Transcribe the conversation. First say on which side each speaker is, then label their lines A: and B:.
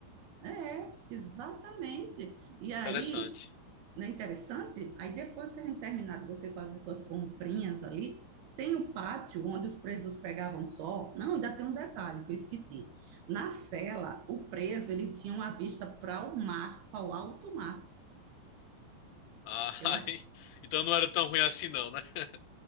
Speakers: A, on the right (about 70°); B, on the left (about 85°).
A: É, exatamente. E aí,
B: Interessante.
A: não é interessante? Aí depois que a gente terminar de você fazer suas comprinhas ali, tem o pátio onde os presos pegavam sol. Não, ainda tem um detalhe que eu esqueci. Na cela, o preso ele tinha uma vista para o mar, para o alto mar.
B: Ah, <laughs>
A: Eu acho.
B: aí- então não era tão ruim assim não, né? <laughs>